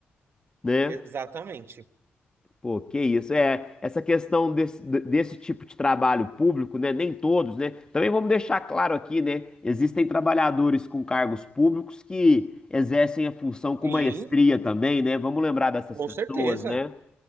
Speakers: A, on the left (about 20°); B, on the right (about 65°).
A: né?
B: Exatamente.
A: Pô, que isso. É, essa questão desse, desse tipo de trabalho público, né? Nem todos, né? Também vamos deixar claro aqui, né? Existem trabalhadores com cargos públicos que exercem a função com
B: Sim,
A: maestria também, né? Vamos lembrar dessas
B: com
A: pessoas,
B: certeza.
A: né?